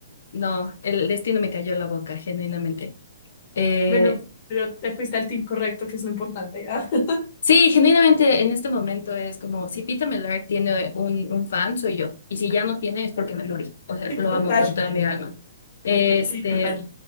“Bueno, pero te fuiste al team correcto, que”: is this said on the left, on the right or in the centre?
Left